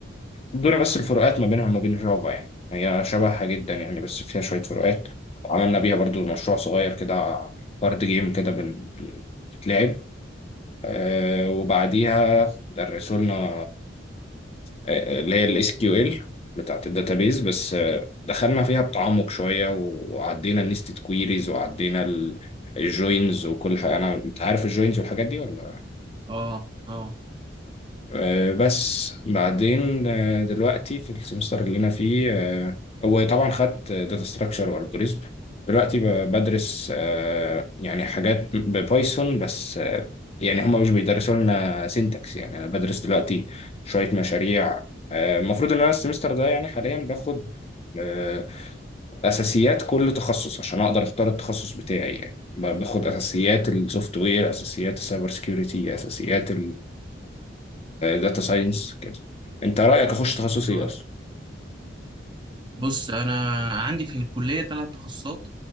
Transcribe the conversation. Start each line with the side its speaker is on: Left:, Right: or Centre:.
Left: ادونا بس الفروقات ما بينها وما بين جافا يعني هي شبهها جدا يعني بس فيها شوية فروقات وعملنا بيها برضو مشروع صغير كده كارد جيم كده بن- بنتلعب آه، وبعديها درسوا لنا آه، اللي هي الاس كيو ال بتاعت الداتابيز بس آه، دخلنا فيها بتعمق شويه وعدينا النستد كويريز وعدينا الجوينز وكل حاجه انا انت عارف الجوينز والحاجات دي ولا
Right: اه اه
Left: آه، بس بعدين آه، دلوقتي في السمستر اللي انا فيه آه، هو طبعا خدت داتا ستراكشر والجوريزم دلوقتي ب- بدرس آه، يعني حاجات ببايثون بس آه، يعني هم مش بيدرسوا لنا سينتاكس يعني انا بدرس دلوقتي شوية مشاريع آه، المفروض ان انا السمستر ده يعني حاليا باخد آه، اساسيات كل تخصص عشان اقدر اختار التخصص بتاعي يعني باخد اساسيات السوفت وير اساسيات السايبر سكيورتي اساسيات داتا ساينس كده انت رايك اخش تخصص ايه
Right: اه
Left: اصلا
Right: بص انا عندي في الكليه ثلاث تخصصات